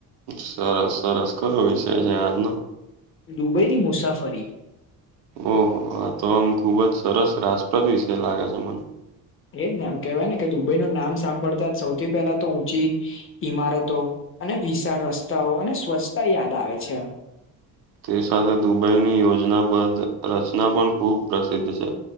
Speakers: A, on the right (about 70°); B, on the left (about 35°).
A: સરસ સરસ કયો વિષય છે આજનો
B: દુબઈની મુસાફરી
A: ઓહો આ તો આમ ખુબ જ સરસ રાસપ્રદ વિષય લાગે છે મને.
B: એજ ને એમ કેહેવાય ને કે દુબઈ નું નામ સાંભળતા જ સૌથી પહેલા તો ઊંચી ઈમારતો અને વિશાળ રસ્તાઓ અને સ્વચ્છતા યાદ આવે છે.
A: તે સાથે દુબઈની યોજનાબદલ રચના પણ ખૂબ પ્રસિદ્ધ છે.